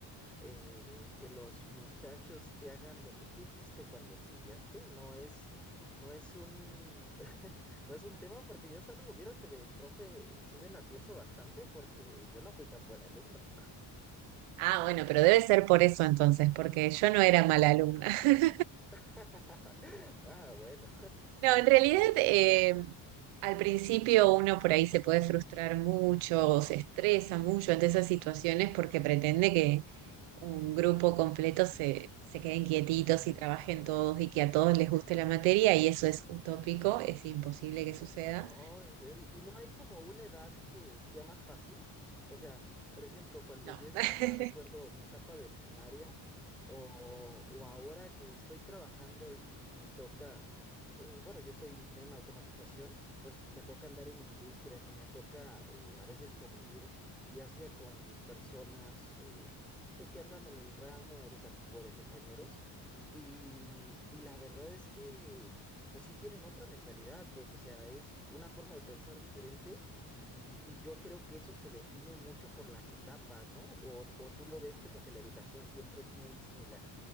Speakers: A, in the centre; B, on the right (about 90°).
A: eh, que los muchachos te hagan lo que tú hiciste cuando estudiaste no es, no es un, <laughs> no es un tema porque yo salgo, vieras que de profe eh, sí me la pienso bastante porque yo no fui tan buen alumno.
B: Ah, bueno, pero debe ser por eso entonces, porque yo no era mala alumna. <laughs>
A: <laughs> Ah, bueno.
B: No, en realidad eh, al principio uno por ahí se puede frustrar mucho, o se estresa mucho ante esas situaciones porque pretende que un grupo completo se, se queden quietitos y trabajen todos y que a todos les guste la materia y eso es utópico, es imposible que suceda.
A: Oh, increíble. ¿Y y no hay como una edad que sea más fácil? O sea, por ejemplo, cuando
B: No,
A: yo estaba,
B: <laughs>
A: recuerdo mi etapa de primaria, o, o ahora que estoy trabajando y, y me toca, eh, bueno, yo soy ingeniero en automatización, entonces me toca andar en industrias y me toca eh, a veces convivir, ya sea con personas, eh, pues que andan en el ramo educativo de compañeros, y, y la verdad es que pues sí tienen otra mentalidad, pues, o sea, es una forma de pensar diferente y, y yo creo que eso se define mucho por las etapas, ¿no? O, o tú lo ves como que la educación siempre es muy similar